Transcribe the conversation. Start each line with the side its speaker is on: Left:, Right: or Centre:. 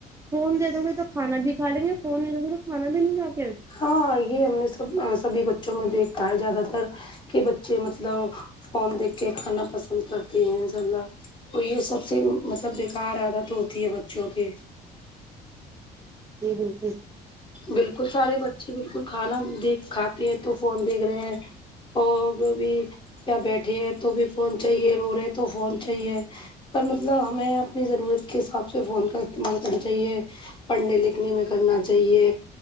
Right: فون دے دو گے تو کانا بھی کھا لیں گے فون نہیں دو گے تو کھانا بھی نہیں کھاتے
Left: ہاں یہ ہم نے سب سبھی بچوں میں دیکھا ہے زیادہ تر کہ بچے مطلب فون دیکھ کے کھانا پسند کرتے ہیں انشاء اللہ تو یہ سب سے مطلب بےکار عادت ہوتی ہے بچوں کی
Right: جی بیل
Left: بالکل سارے بچے بالکل کھانا دیکھ کھاتے ہیں تو فون دیکھ رہے ہیں اور بی بی کیا بیٹھے ہیں تو بھی فون چاہیے رو رہے تو فون چاہیے پر مطلب ہمیں اپنی ضرورت کے حساب سے فون کا استعمال کرنا چاہیے پڑھنے لکھنے میں کرنا چاہیے